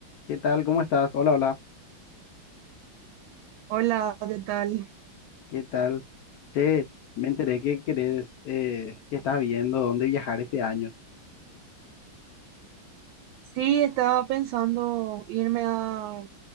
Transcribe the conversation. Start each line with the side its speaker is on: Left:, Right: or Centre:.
Left: ¿Qué tal? ¿Cómo estás? Hola, hola.
Right: Hola, ¿qué tal?
Left: ¿Qué tal? Che, me enteré que querés, eh, que estás viendo dónde viajar este año.
Right: Sí, estaba pensando irme a